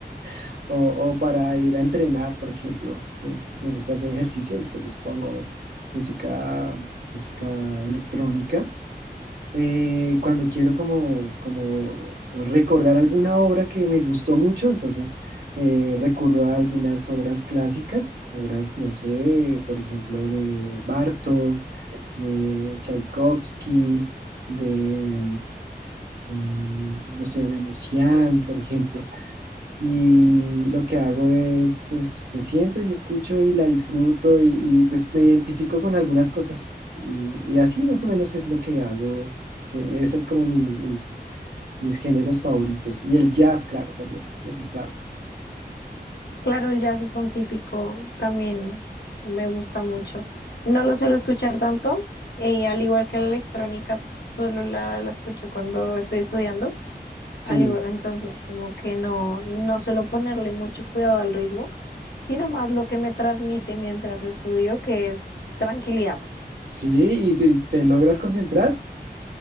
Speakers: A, on the right (about 80°); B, on the left (about 80°).
A: <laughs> o, o para ir a entrenar, por ejemplo. Me me gusta hacer ejercicio, entonces pongo música, música electrónica eh, cuando quiero como, como recordar alguna obra que me gustó mucho, entonces eh, recurro a algunas obras clásicas, obras, no sé, por ejemplo, de Bartók, de Tchaikovsky, de, mm, no sé, de Messiaen, por ejemplo. Y lo que hago es, pues, me siento y escucho y la disfruto y, y, pues me identifico con algunas cosas. Y, y así más o menos es lo que hago. Eh, ese es como mi- mis, mis géneros favoritos. Y el jazz, claro, también. Me gusta harto.
B: Claro, el jazz es un típico, también me gusta mucho. No lo suelo escuchar tanto, eh, al igual que la electrónica, solo la, la escucho cuando estoy estudiando.
A: Sí,
B: Al igual, entonces, como que no, no suelo ponerle mucho cuidado al ritmo, sino más lo que me transmite mientras estudio, que es tranquilidad.
A: sí, y te, te logras concentrar.